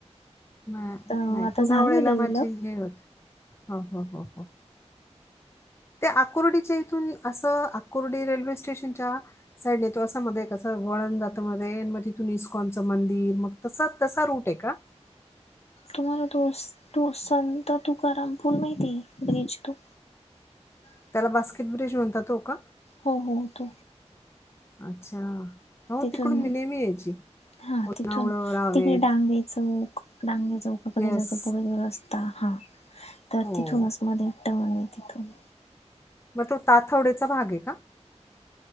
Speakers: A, on the left; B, on the left.
A: नाही
B: तर
A: नाही
B: आता
A: पुनवालीला
B: झालं डेव्हलप
A: माझी हे होत हो हो हो हो. त्या आकोर्डीच्या इथून असं आकोर्डी रेल्वे स्टेशनच्या. साईडने तो असा मध्ये कसं वळण जात मध्ये, मग तिथून इस्कॉनचं मंदिर, मग तसा-तसा रूट आहे का?
B: तुम्हाला तो तू तुकारमपूल माहितीये ब्रीज तो ह <unintelligible>
A: त्याला बास्केट ब्रिज म्हणता, तो का?
B: हो हो तो.
A: अच्छा. हो
B: तिथून,
A: तिकडून मी नेहमी यायची
B: हा
A: पुनावळं
B: तिथून
A: रावेत
B: तिकडे डांगे चौक डांगे चौक का कडे
A: येस
B: जातो पुढे रस्ता, हा तर
A: हो
B: तिथूनच अस मध्ये टर्न ये तिथून.
A: मग तो ताथवडे्याचा भाग ये का?